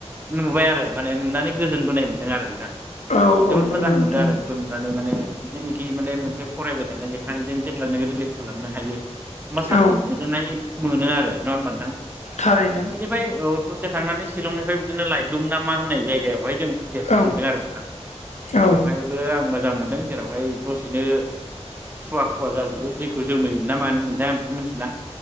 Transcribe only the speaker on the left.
औ
नंगौ
नोंथां
औ
थारैनो
औ
औ